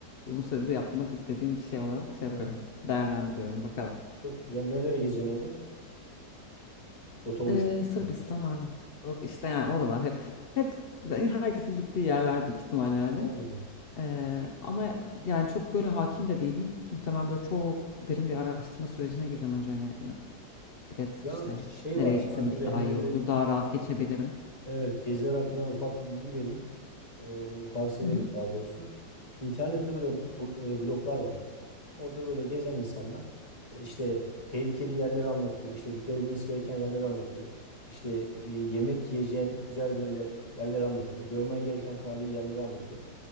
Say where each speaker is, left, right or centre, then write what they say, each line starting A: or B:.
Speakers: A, on the left (about 50°); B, on the left (about 25°).
A: uzun süredir yapmak istediğim bir şey olarak şey yapıyorum.
B: Hı hı.
A: Değerlendiriyorum bakalım.
B: Çok güzel. Neler gezeceksin orada? Rota oluşturdun.
A: Ee, Sırbistan, Arnavutluk işte yani oralar hep hep herkesin gittiği yerler büyük ihtimal yani.
B: mu? Olmadı.
A: Eee, ama yani çok böyle hakim de değilim. Muhtemelen böyle çok derin bir araştırma sürecine gireceğim önce hani ne- bilet
B: Ya
A: işte
B: şey
A: nereye
B: var. Sana
A: gitsem
B: şöyle
A: ilk daha
B: hem
A: iyi
B: de
A: olur,
B: bir
A: daha rahat geçebilirim.
B: evet geziler hakkında da ufak bir bilgi vereyim. Ee, tavsiye
A: Hı hı,
B: vereyim daha doğrusu. İnternette böyle bu, e, bloglar var. Orada böyle gezen insanlar e, işte tehlikeli yerleri anlatıyor. işte dikkat edilmesi gereken yerleri anlatıyor. İşte e, yemek yiyeceğin güzel böyle yerleri anlatıyor. Görmen gereken tarihi yerleri anlatıyor.